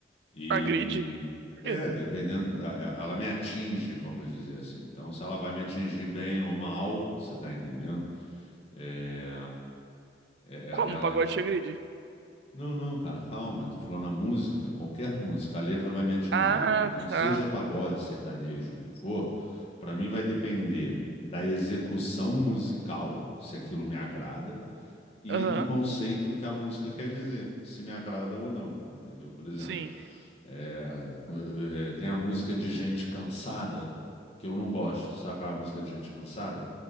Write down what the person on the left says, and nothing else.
E
é,
dependendo, a- a- ela me atinge, vamos dizer assim. Então, se ela vai me atingir bem ou mal, você tá entendendo? É, é, ela,
ela-
não, não, cara, calma, eu tô falando a música, qualquer música, a letra vai me atingir.
Então, seja
pagode, sertanejo, o que for, pra mim vai depender da execução musical, se aquilo me agrada, e
do conceito do que a música quer dizer, se me agrada ou não, entendeu? Por exemplo.
É, é, tem a música de gente cansada, que eu não gosto. Sabe qual é a música de gente cansada?